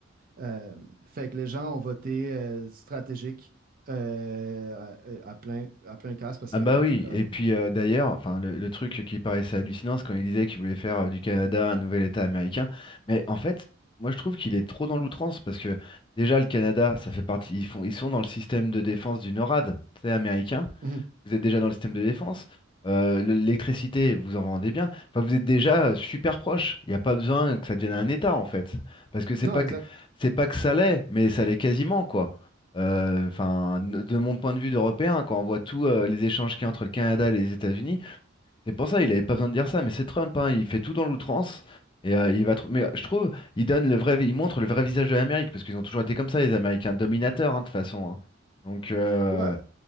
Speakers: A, on the right; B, on the left.
A: Euh, fait que les gens ont voté euh, stratégique euh, à, à plein, à plein casse parce
B: Ah
A: qu'ils
B: bah
A: étaient
B: oui,
A: comme.
B: et puis
A: <laughs>
B: euh, d'ailleurs, enfin le, le truc qui paraissait hallucinant, c'est quand il disait qu'il voulait faire euh, du Canada un nouvel État américain, mais en fait, moi je trouve qu'il est trop dans l'outrance parce que déjà le Canada, ça fait partie, ils font, ils sont dans le système de défense du NORAD, tu sais, américain
A: Mhm.
B: vous êtes déjà dans le système de défense, euh, l'électricité, vous en vendez bien, enfin vous êtes déjà euh, super proche, il n'y a pas besoin que ça devienne un État en fait, parce que c'est
A: Non,
B: pas
A: exact.
B: que c'est pas que ça l'est, mais ça l'est quasiment quoi. Euh, Enfin, n- de mon point de vue d'Européen, quand on voit tous euh, les échanges qu'il y a entre le Canada et les États-Unis, c'est pour ça il n'avait pas besoin de dire ça, mais c'est Trump, hein, il fait tout dans l'outrance. Et euh, il va trou- mais je trouve, il donne le vrai, vi- il montre le vrai visage de l'Amérique parce qu'ils ont toujours été comme ça, les Américains dominateurs hein, de toute façon. hein. Donc euh,
A: Ouais,